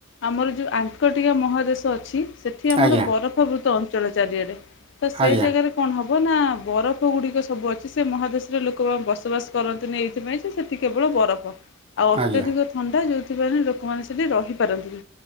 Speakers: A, on the left; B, on the right.
A: ଆମର ଯେଉଁ ଆଙ୍କକଟିକା ମହାଦେଶ ଅଛି ସେଠି ଆମର
B: ଆଜ୍ଞା।
A: ବରଫ ପ୍ରଭୃତ ଅଞ୍ଚଳ ଚାରିଆଡ଼େ ତ ସେ
B: ଆଜ୍ଞା
A: ଜାଗାରେ କଣ ହବ ନା ବରଫ ଗୁଡିକ ସବୁ ଅଛି ସେ ମହାଦେଶରେ ଲୋକମାନେ ବସବାସ କରନ୍ତିନି ଏଇ ସେଥିପାଇଁ ସେ ସେଠି କେବଳ ବରଫ। ଆଉ ଅତ୍ୟଧିକ
B: ଆଜ୍ଞା
A: ଥଣ୍ଡା ଯୋଉଥିପାଇ ଲୋକମାନେ ସେଠି ରହିପାରନ୍ତିନି